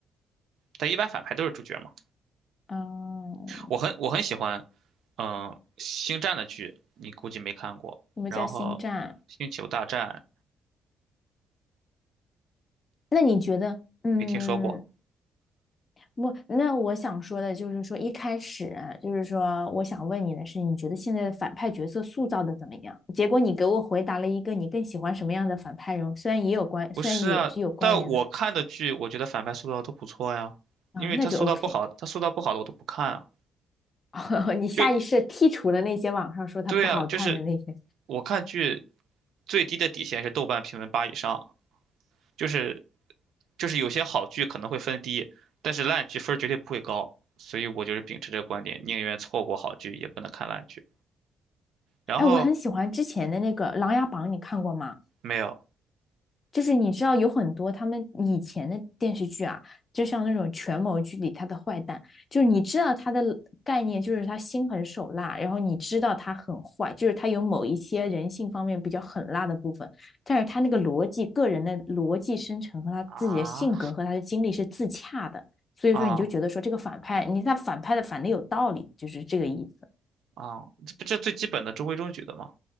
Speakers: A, on the right (about 75°); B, on the left (about 40°).
A: 但一般反派都是主角嘛，
B: 哦，
A: 我很我很喜欢，嗯，星战的剧，你估计没看过，
B: 什么叫星战？
A: 然后星球大战
B: 那你觉得，嗯，
A: 没听说过。
B: 不，那我想说的就是说，一开始啊就是说，我想问你的是，你觉得现在的反派角色塑造的怎么样？结果你给我回答了一个你更喜欢什么样的反派人物，虽然也有关，
A: 不是啊，
B: 虽然也是有关联的
A: 但我看的剧，我觉得反派塑造都不错呀，
B: 啊，
A: 因为他塑造不好，
B: 那就 OK。
A: 他塑造不好的我都不看啊。
B: <laughs> 你下意识剔除了那些网上说他不好看的那些。
A: 就对啊，就是我看剧最低的底线是豆瓣评分八以上，就是就是有些好剧可能会分低，但是烂剧分儿绝对不会高，所以我就是秉持这个观点，宁愿错过好剧也不能看烂剧。然后
B: 哎，我很喜欢之前的那个《琅琊榜》，你看过吗？
A: 没有
B: 就是你知道有很多他们以前的电视剧啊，就像那种权谋剧里他的坏蛋，就是你知道他的概念就是他心狠手辣，然后你知道他很坏，就是他有某一些人性方面比较狠辣的部分，但是他那个逻辑、个人的逻辑生成和他自己的性格和他的经历是自洽的，
A: 啊
B: 所以说你就觉得说这个反派，
A: 啊
B: 你看反派的反的有道理，就是这个意思
A: 啊，这不这最基本的中规中矩的吗？